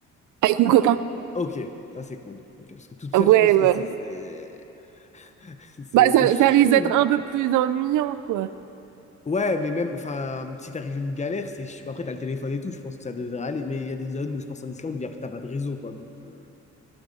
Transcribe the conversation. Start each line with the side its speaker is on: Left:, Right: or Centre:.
Right: avec mon copain.
Left: Ok, ça c'est cool. Ok, parce que toute seule,
Right: Ouais,
Left: je pense
Right: ouais.
Left: que c'est... C'est <laughs> c'est-
Right: Bah ça,
Left: c'est chaud,
Right: ça risque d'être
Left: non?
Right: un peu plus ennuyant, quoi.
Left: Ouais, mais même, enfin, si t'arrives une galère, c'est. je- Après, t'as le téléphone et tout, je pense que ça devrait aller. Mais il y a des zones, je pense en Islande, où y a- t'as pas de réseau, quoi. Donc, euh,